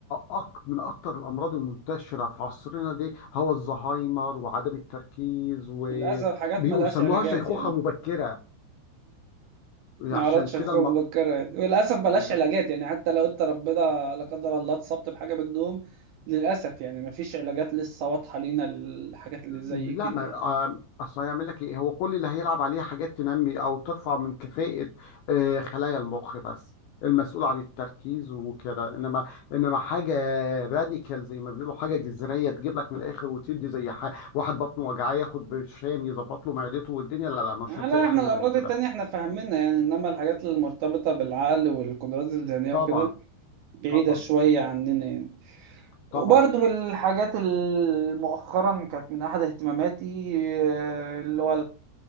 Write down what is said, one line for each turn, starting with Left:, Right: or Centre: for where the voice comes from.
Left: أك- من اكتر الامراض المنتشره في عصرنا دي هو الزهايمر وعدم التركيز و
Right: وللاسف حاجات
Left: بيسموها
Right: ملهاش علاجات
Left: شيخوخة
Right: يعني
Left: مبكرة
Right: ما
Left: عشان
Right: اعرفش
Left: كده
Right: اخوك
Left: الم...
Right: بكرة وللاسف بلاش
Left: ب-
Right: علاجات يعني حتى لو انت ربنا لا قدر الله اتصبت بحاجه من النوم للاسف يعني ما فيش علاجات لسه واضحه لينا للحاجات اللي زي
Left: لا
Right: كده
Left: ما
Right: يعني
Left: آه، اصل هيعمل لك ايه هو كل اللي هيلعب عليه حاجات تنمي او ترفع من كفاءة آه، خلايا المخ بس المسؤول عن التركيز وكده انما انما حاجه راديكال زي ما بيقولوا حاجه جذريه تجيب لك من الاخر وتدي زي ح... واحد بطنه وجعاه ياخد برشام يظبط له معدته والدنيا لا لا مش
Right: لا
Left: هتلاقي
Right: احنا
Left: حاجه
Right: الامراض
Left: زي كده
Right: التانية احنا فاهمينها يعني انما الحاجات المرتبطه بالعقل والقدرات الذهنيه
Left: طبعا
Right: وكده بعيده
Left: طبعا
Right: شويه عننا يعني وبرضه
Left: طبعا
Right: من الحاجات اللي مؤخرا كانت من أحد اهتماماتي آه، اللي هو